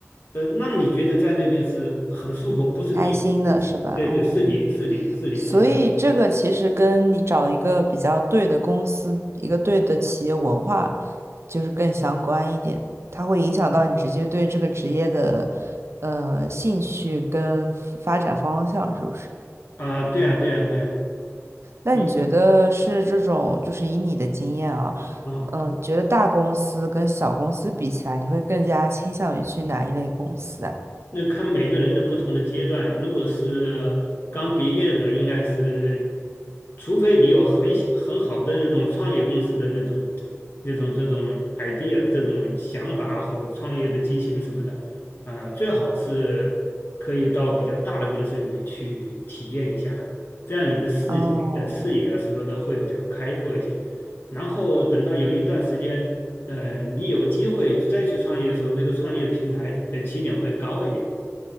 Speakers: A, on the left (about 45°); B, on the right (about 60°).
A: 呃让你觉得在那边是很舒服，不是逼你，
B: 开心的是吧？
A: 对对，
B: 哦，
A: 是你是你是你自己要做
B: 所以这个其实跟你找一个比较对的公司，一个对的企业文化，就是更相关一点，它会影响到你直接对这个职业的呃兴趣跟发展方向，是不是？
A: 啊、对啊对啊对啊，
B: 那你觉得是这种，
A: 你
B: 就是以你的经验啊，
A: 啊。
B: 嗯，觉得大公司跟小公司比起来，你会更加倾向于去哪一类公司啊？
A: 那看每个人的不同的阶段，如果是刚毕业的，应该是，除非你有很喜很好的那种创业公司的那种、那种、这种 idea、这种想法或创业的激情什么的，啊、最好是可以到比较大的公司里面去体验一下，这样你的视野、
B: 哦，
A: 呃视野啊什么的会比较开阔一些。然后等到有一段时间，呃，你有机会再去创业的时候，这个创业的平台的起点会高一点。